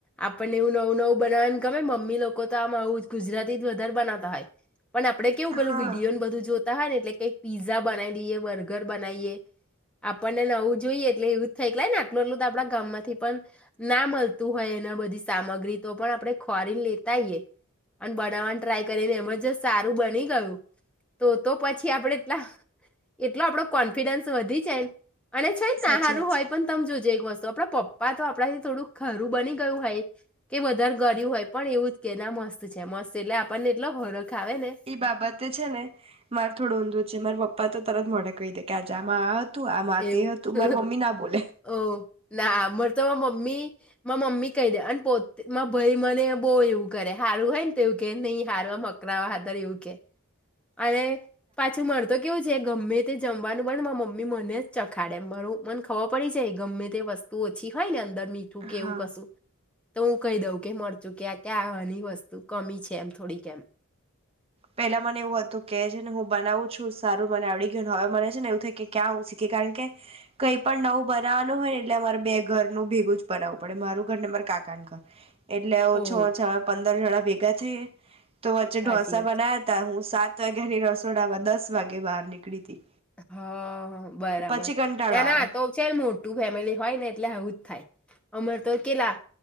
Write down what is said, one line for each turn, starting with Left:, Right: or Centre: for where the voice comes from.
Centre: આપણને એવું નવું નવું બનાવેને ગમે મમ્મી લોકો તો આ ગુજરાતી જ વધારે બનાવતા હોય. પણ આપડે કેવું પેલું
Right: હા
Centre: વિડીયો ને બધું જોતા હોય ને એટલે કઈક પીઝા બનાવી દઈએ બર્ગર બનાવીએ આપણને નવું જોઈએ એટલે એવું જ થાય કે આટલું આટલું આપડા ગામમાંથી પણ ના મળતું હોય એના બધી સામગ્રી તો પણ આપણે ખોરીને લેતાઈયએ અને બનાવવાની ટ્રાય કરીને એમાં જો સારું બની ગયું તો પછી આપણે એટ એટલો આપડો કોન્ફિડન્સ વધી જાય. અને છે ન ના
Right: સાચી
Centre: સારું
Right: વાત
Centre: હોય
Right: છે
Centre: તો તમે જોજો એક વસ્તુ તો આપડા પપ્પા તો આપડા થી થોડું ખારું બની ગયું હોય કે વધારે ગળ્યું હોય પણ એવું જ કેય મસ્ત છે મસ્ત એટલે આપણને એટલો હરખ આવે ને
Right: ઈ બાબત છે ને માર થોડુ ઊંધૂ છે માર પપ્પા પપ્પા તો તરત મોઢે કહી દે કે આજે આમા આ તું આમાં તે
Centre: એવું
Right: હતું માર મમ્મી ના બોલે.
Centre: ઓહ! ના મારે તો મમ્મી માર મમ્મી કહી દે અને પોત માર ભાઈ મને બોવ એવું કરે હારું હોય ને તો એવું કે નહી હારૂ અકરાવા હારૂ એવું કે અરે પાછું મડ તો કેવું છે? ગમે તે જમવાનું બને માર મમ્મી મને જ ચખાડે. મને ખબર પડી જાય ગમે તે વસ્તુ ઓછી હોય નેં તો દર મીઠું કે
Right: હા
Centre: એવું કસું? તો હું કહી દઉં કે મરચું કે ક્યાં ક્યાંની વસ્તુ કમી છે એમ થોડીક એમ
Right: પેલા મને એવું હતું કે છે ને હું બનાવું છું સારું મને આવડી ગયું. હવે મને છે ને એવું થાય કે ક્યાં હું શીખી કારણ કે કઈ પણ નવું બનાવાનું હોય ને એટલે અમારે બે ઘર નું ભેગું જ બનાવું પડે મારું ઘર ને, મારે કાકાનું ઘર. એટલે
Centre: ઓહ!
Right: ઓછો ઓછો પંદ પંદર જણા ભેગા થય. તો વચે
Centre: સાચી
Right: ઢોસ
Centre: વાત.
Right: બના્યા તા હું સાત વાગાની રસોડામાં દસ વાગે બહાર નીકળી તી.
Centre: હા અ બરાબર
Right: પછી કંટાળો
Centre: ના
Right: આવે
Centre: ના આ તો છે ને મોટું ફેમિલી હોય ને એટલે આવું જ થાય. અમે તો કેલા